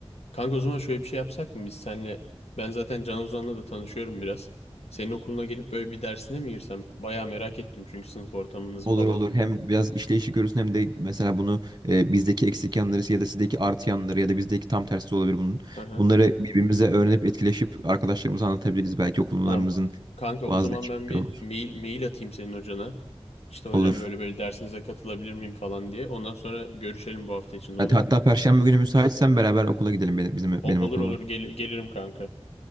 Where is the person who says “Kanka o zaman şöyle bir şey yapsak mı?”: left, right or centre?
Left